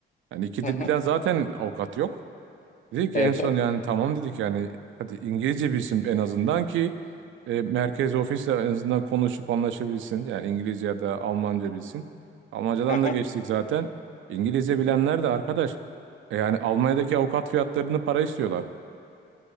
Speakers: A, on the right; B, on the left.
A: Yani iki
B: Hı
A: dil
B: hı.
A: bilen zaten avukat yok. Dedik ki
B: Evet
A: en son
B: abi.
A: yani tamam dedik yani hadi İngilizce bilsin en azından ki e, merkez ofisle en azından konuşup anlaşabilsin. Yani İngilizce ya da Almanca bilsin. Almancadan
B: Hı hı.
A: da geçtik zaten. İngilizce bilenler de arkadaş e, yani Almanya'daki avukat fiyatlarını para istiyorlar.